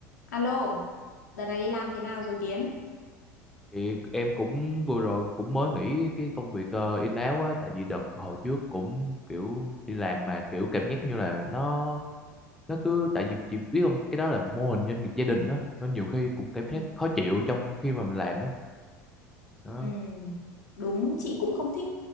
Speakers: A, on the left; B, in the centre.
A: Alo, đợt này đi làm thế nào rồi Tiến?
B: Thì em cũng vừa rồi cũng mới nghỉ cái công việc ờ, in áo á tại vì đợt hồi trước cũng kiểu đi làm mà kiểu cảm giác như là nó nó cứ tại vì chị biết không cái đó là mô hình doanh nghiệp gia đình á nó nhiều khi cũng cảm giác
A: Ừ.
B: khó chịu trong khi mà mình làm ấy đó
A: Ừ, đúng, chị cũng không thích